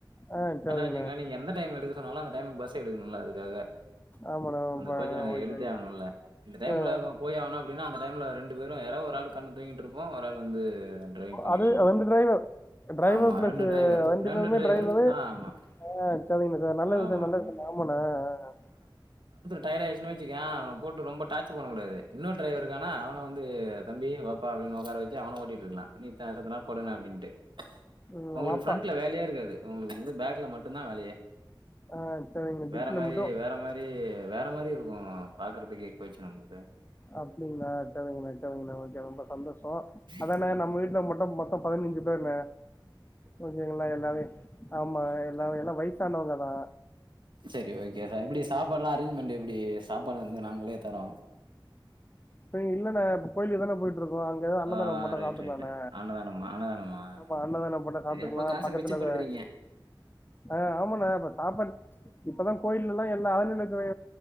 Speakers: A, on the left; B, on the right.
A: ஆ செரிங்க
B: ங்கள நீங்க எந்த டைம்ல எடுக்க சொன்னாலு அந்த டைம்ல பஸ் எடுக்கணுல்ல அதுகாக
A: ஆமாண்ணே
B: அந்த
A: ப
B: கோச்சு நாங்க
A: ஓகே
B: எடுத்தே ஆகனுல்ல இந்த டைம்ல
A: ஆ
B: போய் ஆகணு அப்படின்னா அந்த டைம்ல ரெண்டு பேரும் யாராவது ஒரு ஆள் கண்னு தூங்கிட்டு இருப்போ ஒரு ஆள் வந்து டிரைவிங் பண்ணிட்டு
A: அது
B: இருப்போம்
A: அது வந்து ட்ரைவர் ட்ரைவர்
B: ஆமா
A: பிளஸ்சு
B: ரெண்டு டிரைவர்
A: ரெண்டு பேருமே
B: டிரைவர்
A: ட்ரைவரு
B: ஆ ஆமா
A: ஆ சரிங்க சார் நல்ல
B: ஆமா
A: விஷ்யே நல்ல விஷ்யோ ஆமா நா ஆ
B: டயாடுச்சுனு வெச்சுக்கியே அவன போட்டு ரொம்ப டார்ச்சல் பண்ண கூடாது இன்னோர் ட்ரைவர் இர்க்கானா அவன வந்து தம்பி வாப்பா அப்டின் ஒக்கார வச்சு அவன ஓட்டிட் இருக்லா நீத்த சத்தனா படுங்க அப்டின்டு
A: எங்க
B: உங்ளுக்கு
A: வாப்பா
B: ஃப்ரண்ட்ல வேலையே இருக்காது உங்ளுக்கு வந்து பேக்ல மட்டுதா வேலையே
A: ஆ சரிங்கண்ணா டிக்கில
B: வேற மாரி
A: மட்டு
B: வேற மாரி வேற மாரி இருக்கு பாக்கறதுகே பேச்சு நம்முள்து
A: அப்படிங்களா சரிங்கண்ண சரிங்கண்ண ஓக்கே ரொம்ப சந்தோஷோ அதான
B: ம்
A: நம்ம வீட்டுல மட்டு மொத்தோ பதினஞ்சு பேர்ன ஓக்கேங்ள எல்லாமே ஆமா
B: ரைட்டு.
A: எல்லாமே எல்லா வய்ஸ் வயசானவங்கதா
B: செரி ஓக்கே சார் எப்டி சாப்பாட்லா அரேஞ்மெண்ட் எப்டி சாப்பாடு வந்து நாங்ளே தரோ
A: சேரி இல்லன இப்ப கோயிலுக்கு தான போயிட்ருக்கோ அங் க எதோ அன்னதான
B: ஆ
A: போட்ட
B: ரைட்
A: சாப்புட்டுக்களான்ன
B: ரைட்டு அன்னதானமா அன்னதானமா
A: ஆமா அன்னதானம் போட்ட சாப்ட்டுக்லா
B: சரி அப்ப காச
A: பக்கத்துல
B: மிச்சப்படுத்துறீங்க.
A: வ அ ஆமாணே இப்ப சாப்பாடு இப்பதா கோயில்லலா எல்லா அரநிலைத்துறை